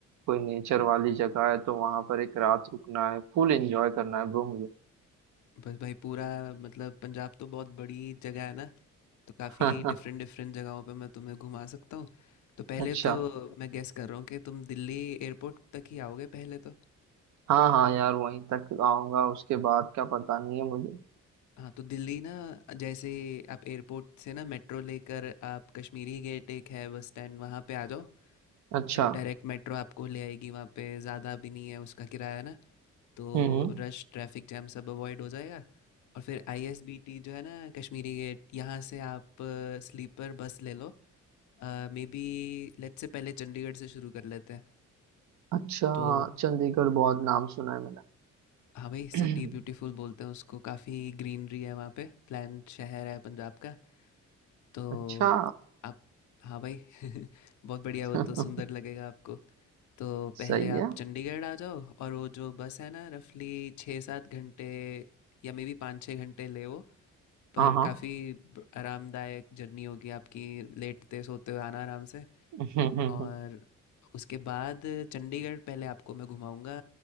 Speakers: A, on the right; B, on the left.
A: कोई नेचर वाली जगह है तो वहां पर एक रात रुकना है फुल एंजॉय करना है ब्रो मुझे
B: बस भाई पूरा मतलब पंजाब तो बहुत बड़ी जगह है ना तो काफ़ी
A: <laughs>
B: डिफरेंट डिफरेंट जगहों पे मैं तुम्हें घुमा सकता हूँ तो पहले
A: अच्छा
B: तो मैं गेस कर रहा हूँ कि तुम दिल्ली एयरपोर्ट तक ही आओगे पहले तो।
A: हाँ हाँ यार वहीं तक आऊंगा उसके बाद क्या पता नहीं है मुझे
B: हाँ तो दिल्ली ना जैसे आप एयरपोर्ट से ना मेट्रो लेकर आप कश्मीरी गेट एक है बस स्टैंड वहाँ पे आ जाओ
A: अच्छा
B: डायरेक्ट मेट्रो आपको ले आएगी वहाँ पे ज़्यादा भी नहीं है उसका किराया ना तो
A: हम्म
B: रश ट्रैफिक जैम सब अवॉइड हो जाएगा और फिर आईएसबीटी जो है ना कश्मीरी गेट यहाँ से आप स्लीपर बस ले लो मे बी लेट से पहले चंडीगढ़ से शुरू कर लेते हैं
A: अच्छा
B: तो
A: चंडीगढ़ बहुत नाम सुना है मैंने
B: हाँ भाई सिटी
A: <clears throat>
B: ब्यूटीफुल बोलते हैं उसको काफ़ी ग्रीनरी है वहाँ पे प्लान शहर है पंजाब का तो
A: अच्छा
B: आप हाँ भाई <laughs> बहुत बढ़िया वो
A: <laughs>
B: तो सुंदर लगेगा आपको तो पहले
A: सही
B: आप
A: है
B: चंडीगढ़ आ जाओ और वो जो बस है ना रफली छः सात घंटे या मे बी पाँच छः घंटे ले वो पर
A: हाँ हाँ
B: काफ़ी आरामदायक जर्नी होगी आपकी लेटते सोते हुए आना आराम से
A: <laughs>
B: और उसके बाद चंडीगढ़ पहले आपको मैं घुमाऊंगा